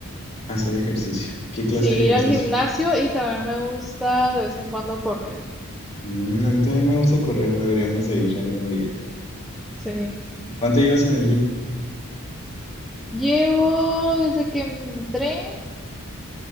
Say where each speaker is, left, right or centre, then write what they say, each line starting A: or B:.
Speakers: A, on the left; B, in the centre.
A: Hacer ejercicio. ¿Qué clase
B: Sí,
A: de ejercicio?
B: ir al gimnasio y también me gusta de vez en cuando correr.
A: Mm, a mí también me gusta correr, deberíamos de ir algún día.
B: Sí.
A: ¿Cuánto llevas en el gym?
B: Llevo desde que entré